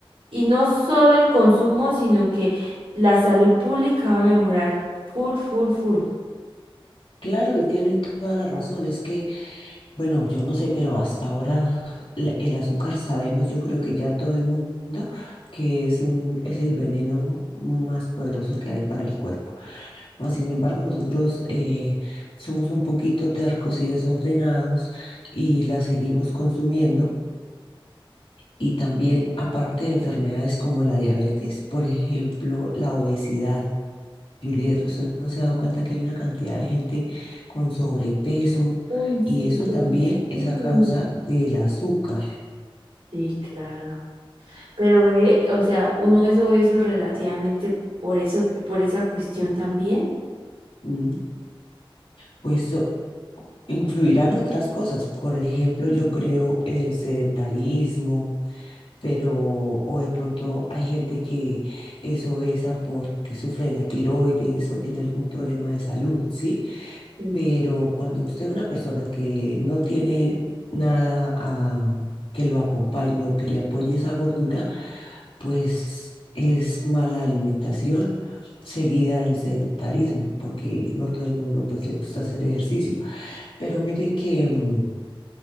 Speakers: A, on the right; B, on the left.
A: Y no solo el consumo, sino que la salud pública va a mejorar full, full, full.
B: Claro, y tienen toda la razón. Es que, bueno, yo no sé, pero hasta ahora la- el azúcar sabemos, yo creo que ya todo el mundo, que es un, es el veneno más poderoso que hay para el cuerpo. Mas, sin embargo, nosotros eh, somos un poquito tercos y desordenados y la seguimos consumiendo. Y también, aparte de enfermedades como la diabetes, por ejemplo, la obesidad. Juliet, usted no se ha dado cuenta que hay una cantidad de gente con sobrepeso
A: Uy,
B: y
A: sí,
B: eso
A: pero...
B: también es
A: es
B: a
A: que
B: causa
A: no.
B: del azúcar.
A: Sí, claro. Pero, eh, o sea, uno es obeso relativamente por eso, por esa cuestión también.
B: ¿m? Pues so- influirán otras cosas, por ejemplo, yo creo el sedentarismo, pero o de pronto hay gente que es obesa porque sufre de la tiroides o tiene algún problema de salud, ¿sí?
A: Sí.
B: Pero cuando usted es una persona que no tiene nada a- que lo acompañe o que le apoye esa gordura, pues es mala alimentación, seguida del sedentarismo, porque no todo el mundo pues le gusta hacer ejercicio. Pero mire que, mm,